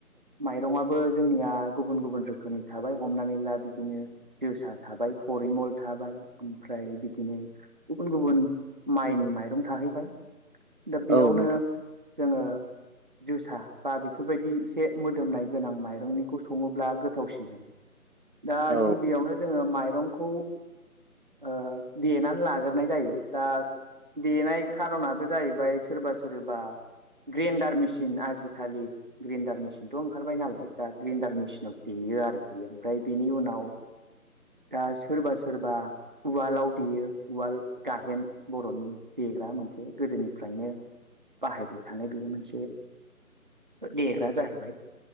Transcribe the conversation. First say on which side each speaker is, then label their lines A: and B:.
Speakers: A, on the right (about 30°); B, on the right (about 60°).
A: माइरंआबो जोंनिया गुबुन-गुबुन रोखोमनि थाबाय हमनानै ला बिदिनो जोसा थाबाय फरिमल थाबाय ओमफ्राय बिदिनो गुबुन-गुबुन माइनि माइरं थाहैबाय दा बेयावनो
B: औ नोंथां
A: जोङो जोसा बा बेफोरबायदि इसे मोदोमनाय गोनां माइरंनिखौ सङोब्ला गोथावसिन जायो दा
B: औ
A: गिबियावनो जोङो माइ रंखौ ओ देनानै लागोरनाय जायो दा देनाय खारनाबो जाहैबाय सोरबा सोरबा ग्रेन्डार मिसिन आजिखालि ग्रेन्दार मिसिनथ' ओंखारबाय नालाय दा ग्रेन्दार मिसिनाव देयो आरोखि। ओमफ्राय बिनि उनाव दा सोरबा सो रबा उवालाव देयो उवाल गाहेन बर'नि देग्रा मोनसे गोदोनिफ्राय नो बाहायबाय थानाय बेयो मोनसे देग्रा जाहैबाय